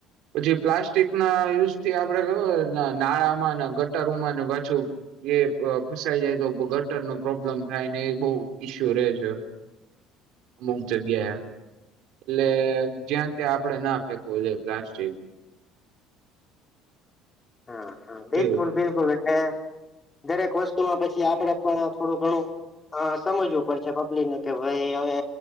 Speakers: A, on the right (about 70°); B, on the left (about 25°).
A: પછી પ્લાસ્ટિક ના યુઝ થી આપડે કેને નાળામાં ને ગટરોમાં ને પાછું. એ ફ ફસાઈ જાય તો ગટર નો પ્રોબ્લેમ થાય ને એ બહુ ઈસ્યુ રહે છે. અમુક જગ્યાએ એટલે જ્યાં ત્યાં આપડે ના ફેંકવું જોઈએ પ્લાસ્ટિક
B: હા હા બિલકુલ
A: એ
B: બિલકુલ એટલે દરેક વસ્તુમાં પછી આપડે પણ થોડું ઘણું હા સમજવું પડશે પબ્લિકને કે ભાઈ હવે